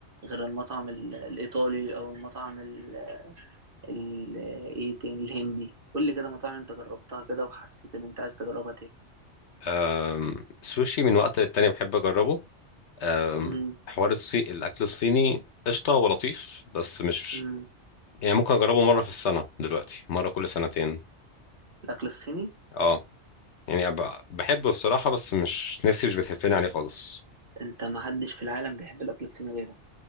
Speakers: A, on the right (about 50°); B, on the left (about 70°).
A: غير المطعم ال... الايطالي او المطعم ال... ال... ايه تاني الهندي قول لي كده مطاعم انت جربتها كده وحسيت ان انت عايز تجربها تاني
B: أم، سوشي من وقت للتاني بحب اجربه أم،
A: امم
B: حوار الصي... الاكل الصيني قشطه ولطيف بس مش
A: امم
B: يعني ممكن اجربه مره في السنه دلوقتي مره كل سنتين
A: الاكل الصيني
B: اه يعني أب- بحبه الصراحه بس مش نفسي مش بتهفني عليه خالص
A: انت ما حدش في العالم بيحب الاكل الصيني غيرك